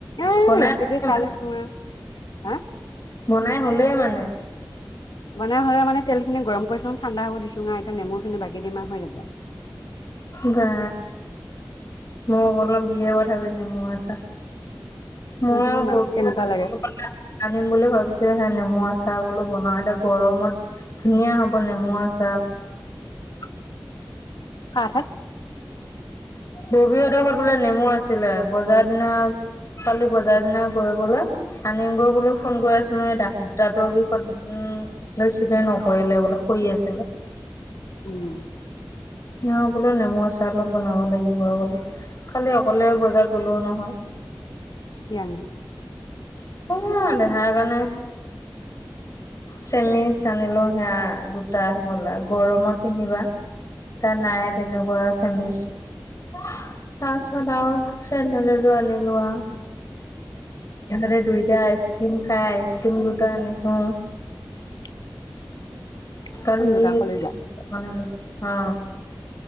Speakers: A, on the left; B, on the left.
A: এ
B: বনাই
A: ৰেচিপি
B: আছে
A: চাই
B: মানে।
A: লৈছো আ হা
B: বনাই হ'লেই মানে।
A: বনাই হ'লে মানে তেলখিনি গৰম কৰিছো ঠাণ্ডা হব দিছোং আ এতিয়া নেমুখিনি বাকী দিম হৈ যাব।
B: বা মই অকমান দিয়ে পথাবি পিনে মই ছা। মই
A: শুনিম
B: আও
A: বাও কেনেকুৱা লাগে
B: <unintelligible> আনিম বুলি ভাবিছো হে নেমু আচাৰ বোলো বনাও তে গৰমত ধুনীয়া হ'ব নেমু আচা
A: <inaudible> কা ঠত
B: ববীহেতৰ বোলে নেমু আছিলে বজাৰ দিনা কালি বজাৰ দিনা গৈলৈ আনিমগৈ বোল ফোন কৰি আছিলো ম দ দাঁতৰ বিষত উম। উ ৰিচিভে নকৰিলে বোলে শুই আছিলে।
A: উম।
B: অ, বোলো নেমু আচাৰ অলপ বনাব লাগিব অ, বোলে কালি অকলে বজাৰ গ'লো নহয়।
A: <unintelligible>
B: সেয়া দেহাই জানে
A: <inaudible>
B: চেমিচ আনিলো সেয়া দুটা হবলা গৰমত পিন্ধিবা। কা নাই তেনেকুৱা চেমিছ। তাৰছত আৰু চেন্ডেল এজোৰ আনিলো আ ইহতে দে দুইটা আইচ ক্ৰীম খাই আইচ ক্ৰীম দুটা আনিছোঁ।
A: <inaudible>
B: কালি
A: কোন দুটা কলিজা
B: মানিলোঁ অ,